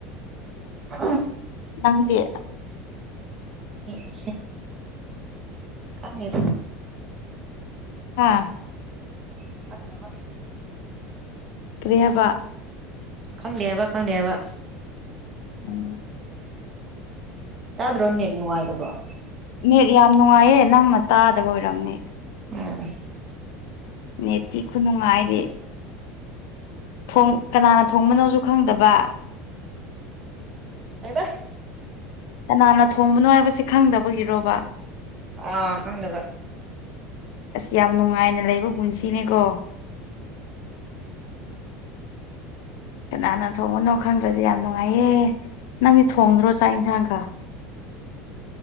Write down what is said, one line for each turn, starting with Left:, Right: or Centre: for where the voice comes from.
Right: ꯑ
Left: ꯅꯪꯗꯤ
Right: ꯎ ꯀꯪꯦꯗ
Left: ꯍꯥꯥ
Right: <unintelligible>
Left: ꯀꯔꯤꯍꯥꯏꯕ
Right: ꯈꯪꯗꯦꯕ ꯈꯪꯗꯦꯕ
Left: ꯎꯝ
Right: ꯑꯗ꯭ꯔꯣ ꯅꯦꯠꯅꯨꯡꯉꯥꯏꯇꯕꯔꯣ
Left: ꯅꯦꯠ ꯌꯥꯝ ꯅꯨꯡꯉꯥꯏꯌꯦ ꯅꯪꯅ ꯇꯥꯗꯕ ꯑꯣꯏꯔꯝꯅꯤ
Right: ꯎꯝ
Left: ꯅꯦꯇꯤ ꯈꯨꯅꯨꯡꯉꯥꯏꯔꯦ ꯊ ꯀꯅꯥꯅ ꯊꯣꯡꯕꯅꯣꯁꯨ ꯈꯪꯗꯕ
Right: ꯀꯥꯏꯕ
Left: ꯀꯅꯥꯅ ꯊꯣꯡꯕꯅꯣ ꯍꯥꯏꯕꯁꯦ ꯈꯪꯗꯕꯒꯤꯔꯣꯕ
Right: ꯑ ꯈꯪꯗꯕ
Left: ꯑꯁ ꯌꯥꯝ ꯅꯨꯡꯉꯥꯏꯅ ꯂꯩꯕ ꯄꯨꯟꯁꯤꯅꯦꯀꯣ ꯀꯅꯥꯅ ꯊꯣꯡꯕꯅꯣ ꯈꯪꯗ꯭ꯔꯗꯤ ꯌꯥꯝ ꯅꯨꯡꯉꯥꯏꯌꯦ ꯅꯪꯗꯤ ꯊꯣꯡꯗ꯭ꯔꯣ ꯆꯥꯛ ꯌꯦꯟꯁꯥꯡꯒ